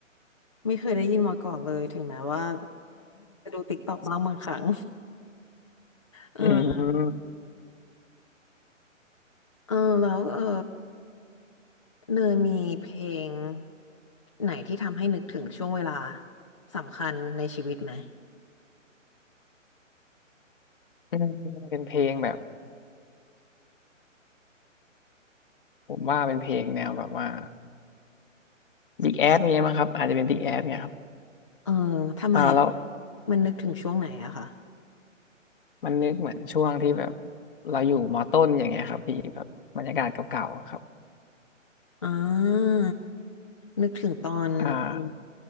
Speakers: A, on the left; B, on the left.
A: ไม่เคยได้ยินมาก่อนเลยถึงแม้ว่าจะดูติ๊กต็อกบ้างบางครั้ง
B: <laughs>
A: <laughs> เออ
B: อืม
A: เออแล้วเออเนยมีเพลงไหนที่ทำให้นึกถึงช่วงเวลาสำคัญในชีวิตไหม
B: อืมเป็นเพลงแบบผมว่าเป็นเพลงแนวแบบว่า Big Ass เงี้ยมั้งครับอาจจะเป็น Big Ass เงี้ยครับ
A: เออทำไม
B: อ่าแล้ว
A: มันนึกถึงช่วงไหนอะคะ
B: มันนึกเหมือนช่วงที่แบบเราอยู่มอต้นอย่างเงี้ยครับพี่แบบบรรยากาศเก่าๆอะครับ
A: อ่านึกถึงตอนตอน
B: อ่า